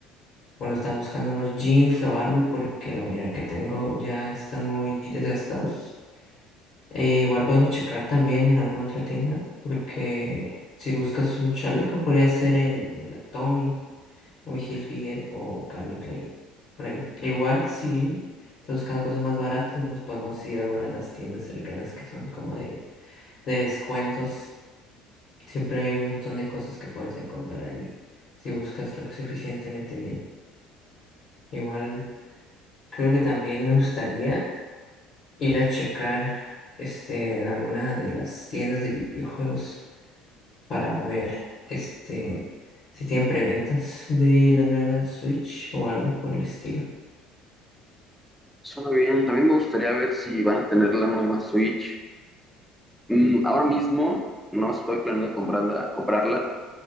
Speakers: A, on the left; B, in the centre.
A: bueno, estaba buscando unos jeans o algo, porque la mayoría que tengo ya están muy desgastados. E igual podemos checar también en alguna otra tienda, porque si buscas un chaleco, podría ser en, en la Tommy, Tommy Hilfiger o Calvin Klein, por ahí. Igual si estás buscando cosas más baratas, nos podemos ir a alguna de las tiendas cercanas que son como de, de descuentos. Siempre hay un montón de cosas que puedes encontrar allí, si buscas lo suficientemente bien. Igual creo que también me gustaría ir a checar este, en alguna de las tiendas de videojuegos. para ver este si tienen preventas de la nueva Switch o algo por el estilo.
B: Suena bien. También me gustaría ver si van a tener la nueva Switch. Mm, ahora mismo no estoy planeando comprarla, comprarla,